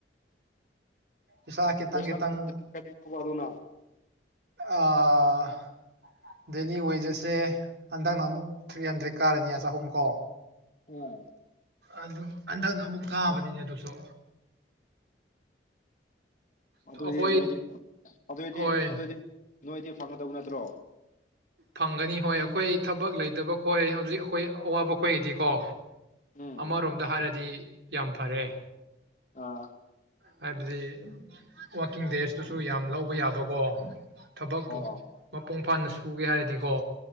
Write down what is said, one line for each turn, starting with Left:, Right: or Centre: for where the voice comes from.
Right: ꯏꯁꯥ ꯈꯤꯇꯪ
Left: ꯄꯩꯁꯥ
Right: ꯈꯤꯇꯪ
Left: ꯅꯠꯇ꯭ꯔꯥꯗꯤ ꯀꯔꯤ ꯀꯧꯕ ꯑꯗꯨꯅ
Right: ꯑꯥ ꯗꯦꯂꯤ ꯋꯦꯖꯦꯁꯁꯦ ꯍꯟꯗꯛꯅ ꯑꯃꯨꯛ ꯊ꯭ꯔꯤ ꯍꯟꯗ꯭ꯔꯦꯠ ꯀꯥꯔꯅꯤ ꯆꯍꯨꯝ ꯀꯣ
Left: ꯑꯣ
Right: ꯑꯗꯨꯝ ꯍꯟꯗꯛꯅ ꯑꯃꯨꯛ ꯀꯥꯕꯅꯤꯅꯦ ꯑꯗꯨꯁꯨ
Left: ꯑꯗꯨꯏꯗꯤ
Right: ꯑꯩꯈꯣꯏ
Left: ꯅꯣꯏꯗꯤ ꯑꯗꯨꯑꯣꯏꯗꯤ
Right: ꯍꯣꯏ
Left: ꯑꯗꯨꯑꯣꯏꯗꯤ ꯅꯣꯏꯗꯤ ꯐꯪꯒꯗꯕ ꯅꯠꯇ꯭ꯔꯣ
Right: ꯐꯪꯒꯅꯤ ꯍꯣꯏ ꯑꯩꯈꯣꯏ ꯊꯕꯛ ꯂꯩꯇꯕ ꯈꯣꯏ ꯍꯧꯖꯤꯛ ꯑꯩꯈꯣꯏ ꯑꯋꯥꯕ ꯈꯣꯏꯒꯤꯗꯤꯀꯣ
Left: ꯎꯝ
Right: ꯑꯃꯔꯣꯝꯗ ꯍꯥꯏꯔꯗꯤ ꯌꯥꯝ ꯐꯥꯔꯦ
Left: ꯑꯥ
Right: ꯍꯥꯏꯕꯗꯤ ꯋꯥꯥꯛꯀꯤꯡ ꯗꯦꯖꯇꯨꯁꯨ ꯌꯥꯝ ꯂꯧꯕ ꯌꯥꯕꯀꯣ ꯊꯕꯛꯄꯨ
Left: ꯑꯣ
Right: ꯃꯄꯨꯡ ꯐꯥꯅ ꯁꯨꯒꯦ ꯍꯥꯏꯔꯗꯤꯀꯣ